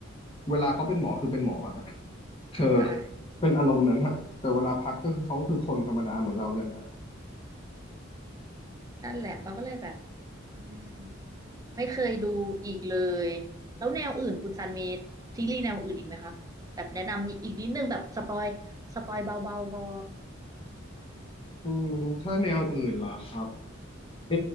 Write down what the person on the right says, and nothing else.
ค่ะ
นั่นแหละเราก็เลยแบบอืม ไม่เคยดูอีกเลย แล้วแนวอื่นคุณซันมีซีรีส์แนวอื่นอีกไหมคะแบบแนะนำอีกนิดนึงแบบสปอยสปอยเบาๆพอ